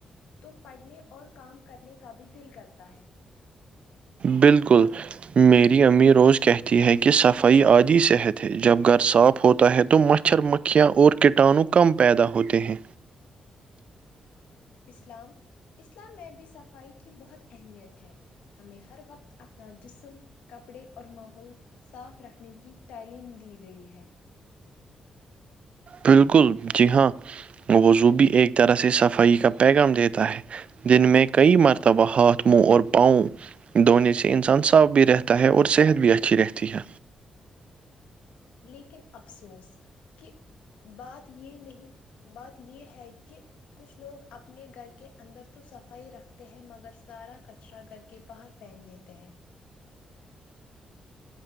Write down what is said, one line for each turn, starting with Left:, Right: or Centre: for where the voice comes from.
Left: تو پڑھنے اور کام کرنے کا بھی دل کرتا ہے
Right: بالکل میری امی روز کہتی ہے کہ صفائی آدھی صحت ہے جب گھر صاف ہوتا ہے تو مشق مچھر مکھیاں اور کٹاانو کم پیدا ہوتے ہیں
Left: اسلام اسلام میں بھی صفائی کی بہت اہمیت ہے ہمیں ہر وقت اپنا جسم کپڑے اور ماحول صاف رکھنے کی تعلیم دی گئی ہے
Right: بالکل جی ہاں وضو بھی ایک طرح سے صفائی کا پیغام دیتا ہے جن میں کئی مرتبہ ہاتھ منہ اور پاؤں دونے سے انسان صاف بھی رہتا ہے اور صحت بھی اچھی رہتی ہے
Left: لیکن افسوس کہہ بات یہ نہیں بات یہ ہے کہ کچھ لوگ اپنے گھر کے اندر تو صفائی رکھتے ہیں مگر سارا کچرا گھر کے کے باہر پھینک دیتے ہیں